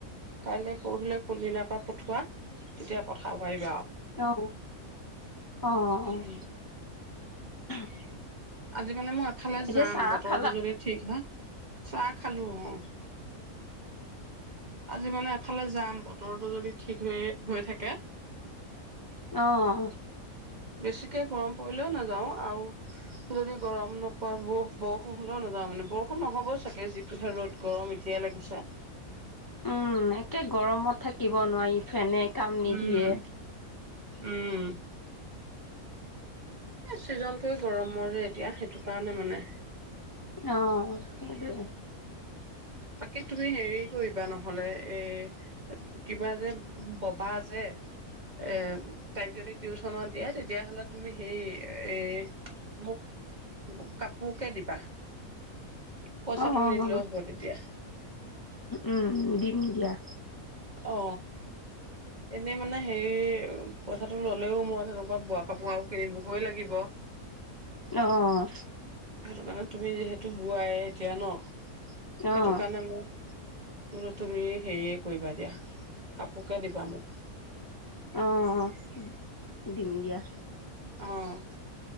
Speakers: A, on the right; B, on the left.
A: কাইলে, পৰহিলে কোনদিনাৰ পৰা পঠোৱাা তেতিয়া পঠাব পাৰিবা আৰু।
B: অ', অ'।
A: উম
B: <inaudible>
A: আজি মানে, মই এফালে
B: এতিয়া
A: যাম,
B: চাহ
A: বতৰটো
B: খালা
A: যদি ঠিক হয়। চা খালো, অ। আজি মানে এফালে যাম। বতৰটো যদি ঠিক হৈ হৈ থাকে।
B: অ'।
A: বেছি কৈ গৰম পৰিলেও নাযাওঁ আৰু। যদি গৰম নোপোৱা ব বৰষুণ হ'লেও নাযাওঁ মানে বৰষুণ নহ'ব চাগে যিটোহে ৰ'দ গৰম এতিয়াই লাগিছে।
B: উম একে গৰমত থাকিব নোৱাৰি ফেনে। কাম নি
A: উম
B: দিয়ে
A: উম। এই ছিজনটোৱে গৰমৰ যে এতিয়া সেইটো কাৰণে মানে।
B: অ' সেইটো।
A: বাকী তুমি হেৰি কৰিবা নহলে এ কিবা যে ববা যে এ তাইক যদি টিউচনত দিয়া তেতিয়াহ'লে তুমি সে এ মোক কাপোৰ কে দিবা পইচাটো
B: অ',
A: নিদিলেও হ'ব তেতিয়া।
B: উম দিম দিয়া।
A: অ এনেই মানে হে পইচাটো ললেও মই তেনেকুৱা বোৱা কাপোৰ কিনিবগই লাগিব।
B: আহ।
A: সেইটো কাৰণে তুমি যিহেতু বোৱাই এতিয়া ন।
B: অ',
A: সেইটো কাৰণে মোৰ প তুমি সেই কৰিবা দিয়া কাপোৰকে দিবা মোক।
B: অ' দিম দিয়া।
A: অ'।